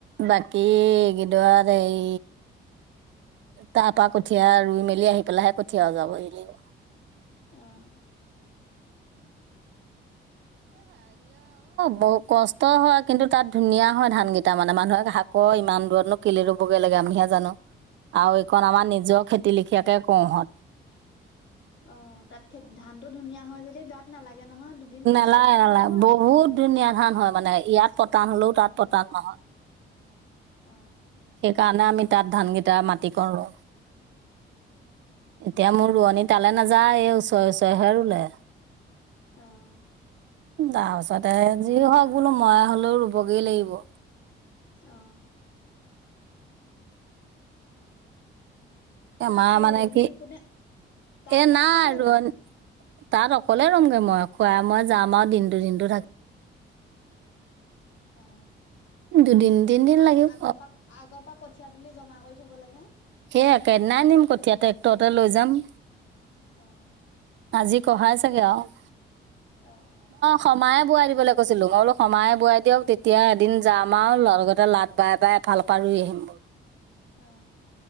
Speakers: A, on the right; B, on the left.
A: বাকী, এইকেইদৰাত এই তাৰ পৰা কঠীয়া ৰুই মেলি আহি পেলাইহে কঠীয়া অজৰাব লাগিব।
B: অঁ'।
A: বহু, কষ্ট হয়, কিন্তু তাত ধুনীয়া হয় ধান কেইটা মানে মানুহক কই, ইমান দূৰতনো কেলে ৰুবগৈ লাগে, আমিহে জানো। আৰু এইকণ আমাৰ নিজৰ খেতি লেখিয়াকে কৰোঁ হঁত।
B: অ', তাত খে, ধানটো ধুনীয়া হয় যেতিয়া গাত নালাগে নহয় দুদিন কষ্ট
A: নালাগে,
B: এটা
A: নালাগে,
B: হ'ব অ
A: বহুত ধুনীয়া ধান হয় মানে, ইয়াত পতান হ'লেও তাত পতান নহয়।
B: অঁ'।
A: সেইকাৰণে আমি তাত ধানকেইটা মাটিকণ ৰুও। এতিয়া মোৰ ৰোৱনী তালৈ নাযায়, এই ওচৰে ওচৰেহে ৰুলে।
B: অঁ'।
A: উম, তাৰ পাছতে যি হওঁক বোলো, মই হ'লেও ৰুবগৈ লাগিব।
B: অঁ'।
A: আমাৰ
B: তাত
A: মানে
B: ৰোৱনী
A: কি,
B: কোনে তাত
A: এ,
B: তাত
A: নাই
B: কোনে ৰুবগে
A: ৰোৱনী তাত অকলে ৰমগে মই, খুৰাই মই যাম আৰু দিনটো, দিনটো থাকিম
B: অ
A: দুদিন, তিনিদিন
B: আ
A: লাগিব।
B: আগৰ পৰা আগৰ পৰা কঠিয়া তুলি জমা কৰি থ'ব লাগে।
A: সেই একে দিনাই নিম, কঠীয়া ট্ৰেক্টৰতে লৈ যাম।
B: অ'।
A: আজি খহাইছেগে আৰু।
B: অ', অ'।
A: সমায়ে বোৱাই দিবলৈ কৈছিলোঁ, মই বোলো সমায়ে বোৱাই দিয়ক, তেতিয়া এদিন যাম আৰু লগ লগতে লাত বাই, বাই এফাল <unintelligible> ৰুই আহিম।
B: অ'।